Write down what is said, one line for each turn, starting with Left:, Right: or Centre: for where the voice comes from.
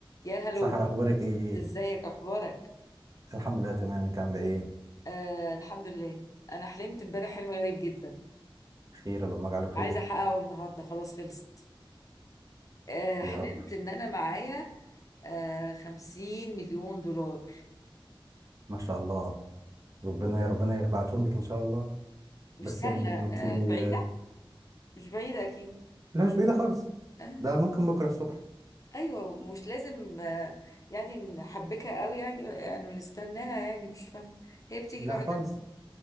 Left: يا هلو
Right: سحر اخبارك ايه إيه؟
Left: ازيك اخبارك
Right: الحمد لله تمام انت عامله ايه
Left: آه الحمد لله انا حلمت امبارح حلم غريب جدا
Right: خير اللهم اجعله خير
Left: عايزه احققه النهارده خلاص خلصت آه حلمت
Right: يا رب
Left: ان انا معايا آه خمسين مليون دولار
Right: ما شاء الله ربنا يا ربنا يبعتهم لك ان شاء الله
Left: مش
Right: بس
Left: سهله
Right: يعني كنت
Left: آه
Right: آه،
Left: بعيده مش بعيده اكيد
Right: لا مش بعيده خالص
Left: آه
Right: ده ممكن بكره الصبح
Left: ايوه مش لازم آه يعني نحبكها قوي يعني يعني ونستناها يعني مش فاهمه هي بتيجي
Right: لا
Left: لوحدها
Right: خالص